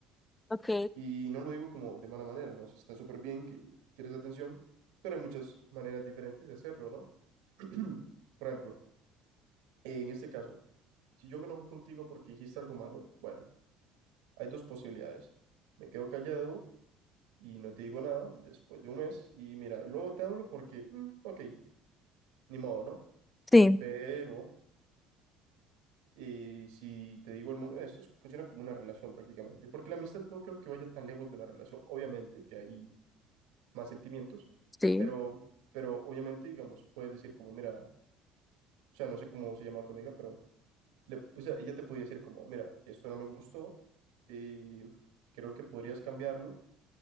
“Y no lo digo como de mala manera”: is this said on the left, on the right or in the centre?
Right